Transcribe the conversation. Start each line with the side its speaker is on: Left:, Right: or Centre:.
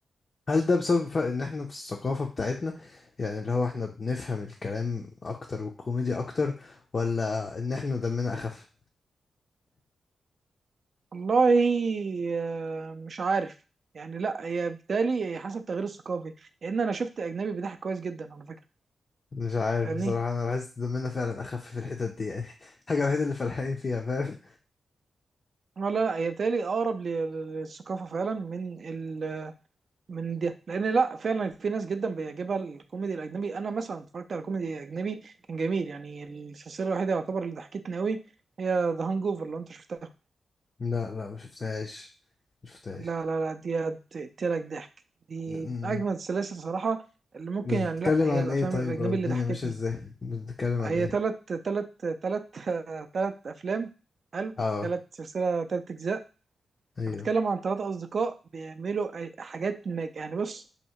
Left: هل ده بسبب ف- ان احنا في الثقافة بتاعتنا يعني اللي هو احنا بنفهم الكلام اكتر والكوميديا اكتر ولا ان احنا دمنا اخف
Right: والله آه، مش عارف يعني لا هي بالتالي هي حسب التغيير الثقافي لان انا شفت اجنبي بيضحك كويس جدا على فكره
Left: مش عارف
Right: فاهمني
Left: بصراحة انا بحس دمنا فعلا اخف في الحتت دي يعني <laughs> الحاجة الوحيدة اللي فالحين فيها فاهم
Right: لا لا هي بالتالي اقرب لل- للثقافه فعلا من ال من ده لان لا فعلا في ناس جدا بيعجبها الكوميدي الاجنبي انا مثلا اتفرجت على كوميدي اجنبي كان جميل يعني السلسله الوحيده يعتبر اللي ضحكتني قوي هي ذا هانج اوفر لو انت شفتها
Left: لا لا مشفتهاش مشفتهاش
Right: لا لا لا دي هتقتلك ضحك دي
Left: م- م.
Right: من اجمل السلاسل صراحه اللي ممكن
Left: بتتكلم
Right: يعني لا هي
Left: عن
Right: الافلام
Left: ايه طيب
Right: الاجنبي
Left: او الدنيا
Right: اللي ضحكتني
Left: ماشية ازاي بتتكلم عن
Right: هي
Left: ايه
Right: تلت تلت تلت <laughs> تلت افلام حلو
Left: اه
Right: تلت سلسله تلت اجزاء
Left: ايوه
Right: بتكلم عن تلات اصدقاء بيعملوا أي- حاجات مج... يعني بص